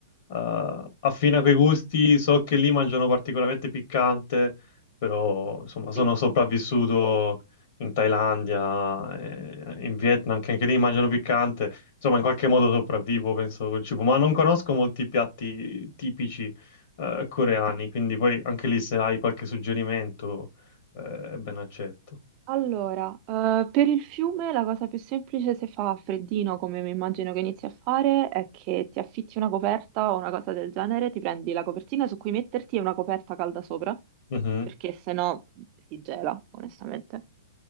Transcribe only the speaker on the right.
Sì,
sì, sì.
Allora, eh, per il fiume la cosa più semplice se fa freddino, come mi immagino che inizi a fare, è che ti affitti una coperta o una cosa del genere, ti prendi la copertina su cui metterti e una coperta calda sopra,
perché se no si gela, onestamente.